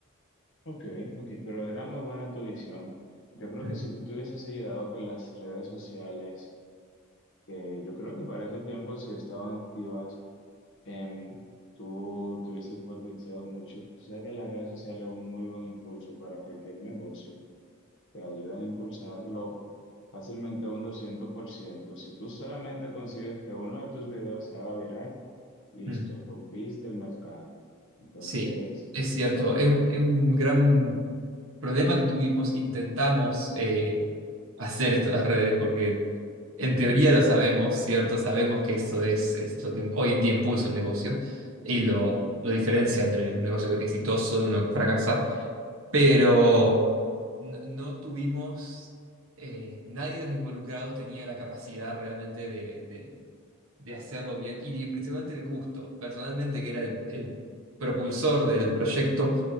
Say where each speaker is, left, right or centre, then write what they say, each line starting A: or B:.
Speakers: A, on the left (about 60°); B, on the right (about 65°).
A: Ok, ok, pero era muy buena tu visión. Yo creo
B: Ujú.
A: que si tú te hubieses ayudado con las redes sociales, que yo creo que para ese tiempo si estaban activas, em, tú te hubieses potenciado mucho. Tú sabes que las redes sociales son un muy buen impulso para cualquier negocio. te ayudan a impulsarlo fácilmente a un doscientos por ciento Si tú solamente consigues que uno de tus videos se haga viral, listo,
B: Mm.
A: rompiste el mercado. Entonces,
B: Sí, es cierto,
A: para...
B: es un, es un gran problema que tuvimos, intentamos eh, hacer esto de las redes, porque en teoría lo sabemos, ¿cierto? Sabemos que eso es, es lo que hoy en día impulsa un negocio y lo, lo diferencia entre un negocio exitoso de uno que fracasa, pero no, no tuvimos, eh, nadie de los involucrados tenía la capacidad realmente de, de de hacerlo bien y principalmente el gusto. Personalmente, que era el, el propulsor del proyecto,